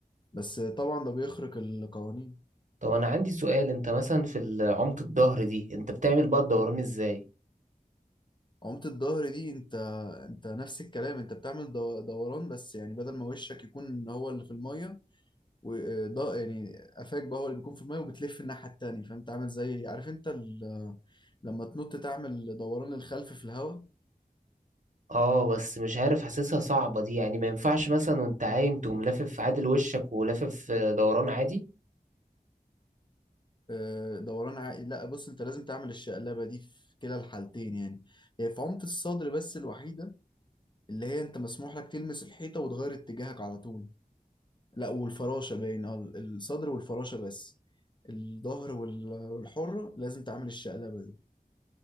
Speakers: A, on the left; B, on the right.
A: بس طبعا ده بيخرق القوانين
B: طب انا عندي سؤال انت مثلا في عمق الظهر دي انت بتعمل بقى الدوران ازاي
A: عمت الظهر دي انت انت نفس الكلام انت بتعمل دو- دوران بس يعني بدل ما وشك يكون هو اللي في المية وده يعني قفاك بقى هو اللي بيكون في المية وبتلف الناحية التانية فانت عامل زي عارف انت ال... لما تنط تعمل دوران الخلف في الهواء
B: اه بس مش عارف حاسسها صعبة دي يعني ما ينفعش مثلا وانت عايم تقوم لافف في عادل وشك ولافف آه، دوران عادي
A: آه، دوران عائي لا بص انت لازم تعمل الشقلبة دي في كلا الحالتين يعني هي في عمت الصدر بس الوحيدة اللي هي انت مسموح لك تلمس الحيطة وتغير اتجاهك على طول لا والفراشة باين اه الصدر والفراشة بس الظهر وال- والحرة لازم تعمل الشقلبة دي